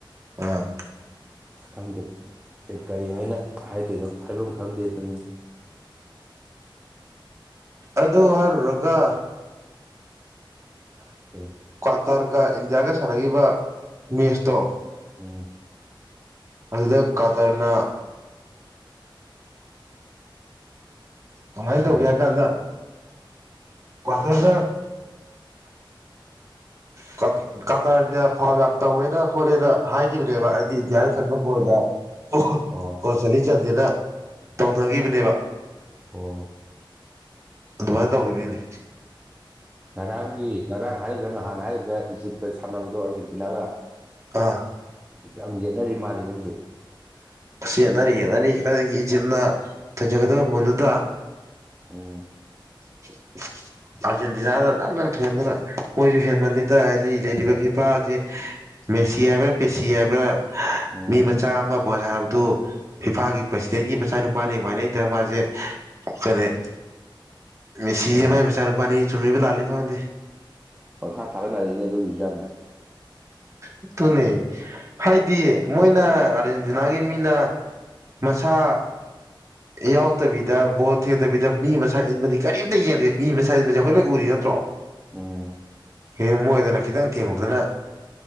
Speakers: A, on the right (about 35°); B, on the right (about 15°).
A: ꯑꯥ
B: ꯑꯁ ꯈꯪꯗꯦ ꯁꯤ ꯀꯔꯤ ꯍꯥꯏꯅ ꯍꯥꯏꯗꯣꯏꯅꯣ ꯍꯥꯏꯐꯝ ꯈꯪꯗꯦꯗꯨꯅꯤ
A: ꯑꯗꯨ ꯍꯥꯏꯔꯨꯔꯥꯒ
B: <inaudible> ꯀ <unintelligible>
A: ꯀ꯭ꯋꯥꯇꯔꯒ ꯏꯟꯗꯤꯌꯥꯒ ꯁꯥꯟꯅꯈꯤꯕ ꯃꯦꯁꯇꯣ
B: ꯎꯝ
A: ꯑꯗꯨꯗ ꯀ꯭ꯋꯥꯇꯔꯅ ꯀꯃꯥꯏꯅ ꯇꯧꯒꯦ
B: ꯀꯥꯏ
A: ꯍꯥꯏ ꯀꯥꯟꯗ ꯀꯊꯗ <unintelligible> ꯀꯇꯔꯅ ꯐꯥꯎ ꯌꯥꯝ ꯇꯧꯋꯦꯅ ꯈꯈꯣꯠꯂꯅ ꯍꯥꯏꯈꯤꯕꯅꯦꯕ ꯍꯥꯏꯗꯤ ꯏꯟꯗꯤꯌꯥꯗ ꯆꯟꯕ ꯒꯣꯜꯗ ꯑꯣꯈ <unintelligible>
B: ꯑꯣ
A: ꯒꯣꯟ ꯆꯥꯜꯂꯤ ꯆꯟꯗꯦꯅ ꯇꯧꯅꯈꯤꯕꯅꯦꯕ
B: ꯑꯣ
A: ꯑꯗꯨꯃꯥꯏꯅ ꯇꯧꯈꯤꯕꯩꯅꯤ
B: ꯉꯔꯥꯡꯒꯤ ꯉꯔꯥꯡ ꯍꯥꯏꯔꯤꯒ꯭ꯔꯥ ꯅꯍꯥꯟ ꯍꯥꯏꯒ꯭ꯔꯥꯗꯔꯥ ꯏꯖꯤꯞꯀ ꯁꯥꯟꯅꯕꯗꯣ ꯑꯥꯔꯖꯦꯟꯇꯤꯅꯥꯒ
A: ꯑꯥ
B: ꯑꯗꯨ ꯌꯥꯝ ꯌꯦꯠꯅꯔꯤ ꯃꯥꯜꯂꯤꯅꯦ ꯍꯧꯖꯤꯛ
A: ꯌꯦꯠꯅꯔꯤ ꯌꯦꯠꯅꯔꯤ ꯀꯔꯤꯒꯤ ꯏꯖꯤꯞꯅ ꯊꯣꯏꯖꯒꯗꯕ ꯕꯣꯟꯗꯨꯗ
B: ꯎꯝ
A: <unintelligible> ꯑꯥꯔꯖꯦꯟꯇꯤꯅꯥꯗ ꯅꯝꯗꯅ ꯊꯣꯏꯍꯟꯗꯅ ꯃꯣꯏꯁꯨ ꯍꯦꯟꯃꯜꯂꯤꯗ ꯍꯥꯏꯗꯤ ꯂꯩꯔꯤꯕ ꯐꯤꯐꯥꯖꯦ ꯃꯦꯁꯤ ꯍꯥꯏꯕ꯭ꯔꯥ ꯄꯦꯁꯤ ꯍꯥꯏꯕ꯭ꯔꯥ
B: ꯎꯝ
A: ꯃꯤ ꯃꯆꯥ ꯑꯃ ꯕꯣꯜ ꯁꯥꯅꯕꯗꯨ ꯐꯤꯐꯥꯒꯤ ꯄ꯭ꯔꯁꯤꯗꯦꯟꯒꯤ ꯃꯆꯥ ꯅꯨꯄꯥꯅꯦꯕꯨ ꯍꯥꯢꯅꯩꯗ ꯃꯥꯁꯦ ꯀꯔꯤ ꯃꯦꯁꯤꯖꯤ
B: ꯑ
A: ꯃꯥꯒꯤ ꯃꯆꯥꯅꯨꯄꯥꯅꯦꯌꯦ ꯆꯨꯝꯃꯤꯕ ꯂꯥꯜꯂꯤꯕ ꯈꯪꯗꯦ
B: ꯄꯪꯈꯥ ꯊꯥꯒꯠꯅꯔꯤꯌꯦꯅꯦ ꯑꯗꯨꯒꯤꯁꯨ ꯌꯥꯝꯅ
A: ꯑꯗꯨꯨꯅꯦ ꯍꯥꯏꯗꯤ ꯃꯣꯏꯅ ꯑꯥꯔꯖꯦꯟꯇꯤꯅꯥꯒꯤ ꯃꯤꯅ ꯃꯁꯥ ꯌꯥꯎꯗꯕꯤꯗ ꯕꯣꯜ ꯊꯦꯡꯗꯕꯤꯗ ꯃꯤ ꯃꯁꯥ ꯏꯟꯕꯗꯤ ꯀꯔꯤꯑꯥꯝꯇ ꯌꯦꯡꯗꯦ ꯃꯤ ꯃꯁꯥ ꯏꯟꯕꯁꯤ ꯑꯩꯈꯣꯏ ꯂꯣꯏ ꯎꯔꯤ ꯅꯠꯇ꯭ꯔꯣ
B: ꯎꯝ
A: ꯍꯦꯛ ꯃꯣꯏꯗꯅ ꯈꯤꯇꯪ ꯊꯦꯡꯉꯨꯕꯥꯗꯅ